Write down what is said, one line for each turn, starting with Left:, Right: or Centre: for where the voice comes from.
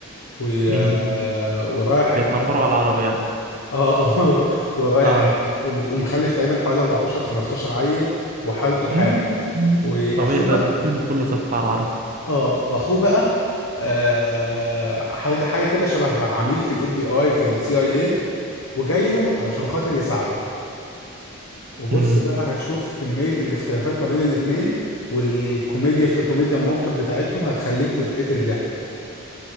Left: في
Right: مم.
Left: آه ورايح
Right: بيتنمروا
Left: اه
Right: على العرب يعني
Left: اه <laughs> ورايح
Right: اه
Left: ومتج- ومخلف تقريبا حوالي 14 15 عيل وحالته حاله
Right: مم. مم.
Left: واخوه
Right: طبيعي ده الفيلم كله صف على العرب
Left: اه واخوه بقى آه حاجه حاجه كده شبه عميل في الاف بي اي في السي اي اي وجاي له علشان خاطر يساعده وبص
Right: امم
Left: بقى هتشوف كمية الاختلافات ما بين الاتنين والكوميديا في الكوميديا الموقف بتاعتهم هتخليك تتقتل ضحك